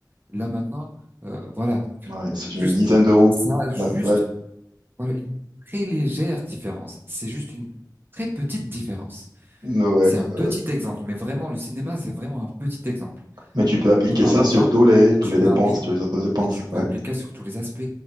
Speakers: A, on the right; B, on the right.
A: Là maintenant, euh, voilà, donc, euh,
B: Ouais, c'est une
A: juste
B: dizaine d'euros,
A: ça, a juste
B: là. Ouais.
A: voilà une très légère différence. C'est juste une très petite différence.
B: Ouais,
A: C'est un
B: ouais.
A: petit exemple, mais vraiment, le cinéma, c'est vraiment un petit exemple.
B: Mais tu peux
A: Ne,
B: appliquer
A: ne parlons
B: ça sur
A: pas,
B: tous les, tous
A: tu
B: les dépenses,
A: peux appeler,
B: toutes les autres dépenses.
A: mais tu peux
B: Ouais,
A: appliquer sur tous les aspects,